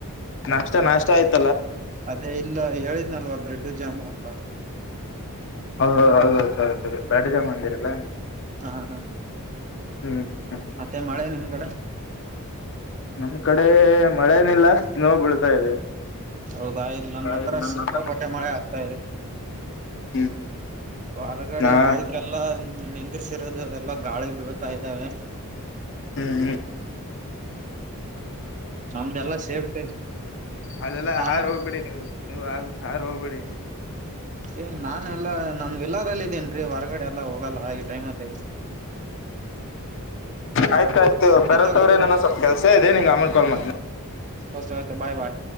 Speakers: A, on the left; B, on the right.
A: ನಾಷ್ಟ ನಾಷ್ಟ ಆಯತ್
B: ಅದೇ ಇಲ್ಲ ಹೇಳಿದ್ನಲ್ವ ಬ್ರೆಡ್ ಜಾಮು ಅಂತ
A: ಹ ಹ ಹೌದು ಸರಿ ಸರಿ ಬ್ರೆಡ್ಡು ಜಾಮ್ ಅಂದಿರಲ್ಲ
B: ಹಾ ಹ
A: ಹ್ಮ್ ಹ್ಮ್
B: ಮತ್ತೆ ಮಳೆ ನಿಮ್ ಕಡೆ
A: ನಮ್ ಕಡೆ ಮಳೆನಿಲ್ಲ ಇವಾಗ ಬೀಳ್ತಾ ಇದೆ
B: ಹೌದಾ ಇಲ್ ನನ್ನ ಹತ್ರ
A: ಇಲ್ಲಿ ನನ್ನ
B: ಸಿಕ್ಕಾಪಟ್ಟೆ ಮಳೆ ಆಗ್ತಾ ಇದೆ
A: ಹ್ಮ್
B: ಹೊರಗಡೆ
A: ಹಾ
B: ಬೈಕ್ ಎಲ್ಲಾ ನಿಂದ್ರಿಸಿರೋದು ಎಲ್ಲಾ ಗಾಳಿಗೆ ಬೀಳ್ತಾ ಇದ್ದಾವೆ
A: ಹ್ಮ್ ಹ್ಮ್
B: ನಮ್ದು ಎಲ್ಲ ಸೇಫ್ಟಿ
A: ಅದೆಲ್ಲಾ
B: ಹಾ
A: ಹಾರ ಹೋಗ್ಬಿಡಿ ನೀವು ನೀವು ಹಾಗ ಹಾರ ಹೋಗ್ಬಿಡಿ
B: ಏ ನಾನ್ ಎಲ್ಲಾ ನಾನ್ ವಿಲ್ಲಾದಲ್ ಇದಿನ್ ರಿ ಹೊರಗಡೆ ಎಲ್ಲಾ ಹೋಗಲ್ಲ ಈ ಟೈಮ್ ಲಿ
A: ಆಯ್ತಾಯ್ತು <unintelligible> ಬರತ್ವ್ರೇನನ
B: ತಗೊಳ್ಳಿ
A: ಸ್ವಲ್ಪ ಕೆಲ್ಸ ಇದೆ ನಿಂಗ್ ಆಮೆಲ್ ಕಾಲ್ ಮತ್
B: ಓಕೆ ಓಕೆ ಬಾಯ್ ಬಾಯ್